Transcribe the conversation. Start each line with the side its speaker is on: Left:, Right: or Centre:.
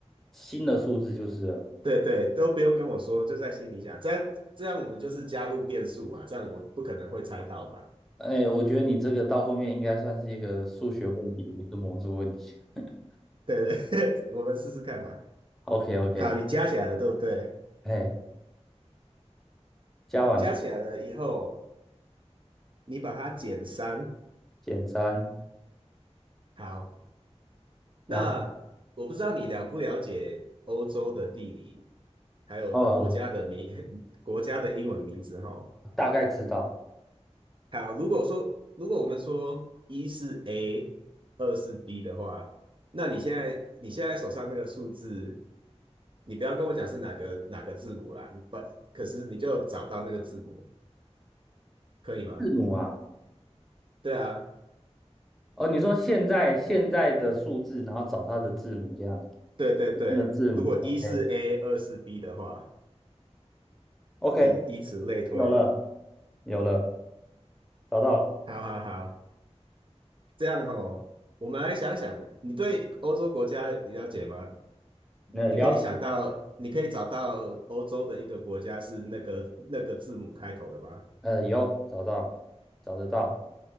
Centre: 新的数字就是了。
Right: 对对，都不用跟我说，就在心里想，这样这样我们就是加入变数嘛，这样我不可能会猜到嘛。
Centre: 哎，我觉得你这个到后面应该算是一个数学问题，不是魔术问题。<laughs>
Right: 对对，<laughs> 我们试试看嘛。
Centre: OK OK，
Right: 好，你加起来了，对不对？
Centre: 哎，加完了，
Right: 加起来了以后，你把它减三，
Centre: 减三，
Right: 好，那我不知道你了不了解欧洲的地理，
Centre: 然
Right: 还有国家的名
Centre: 后哦，
Right: <laughs> 国家的英文名字哈。
Centre: 大概知道
Right: 好，如果说如果我们说一是 A，二是 B 的话，那你现在你现在手上那个数字，你不要跟我讲是哪个哪个字母啦，不，可是你就找到那个字母，可以吗？
Centre: 字母啊。
Right: 对啊，
Centre: 哦，你说现在现在的数字，然后找它的字母，这样
Right: 对对对，
Centre: 的嗯字母，OK
Right: 如果一是 A，二是 B 的话，
Centre: OK，
Right: 你以此类推。
Centre: 有了有了，找到了，
Right: 好好好。这样哦，我们来想想，你对欧洲国家了解吗？
Centre: 呃，
Right: 你可以想到，
Centre: 了
Right: 你可以找到欧洲的一个国家是那个那个字母开头的吗？
Centre: 呃有找到，找得到，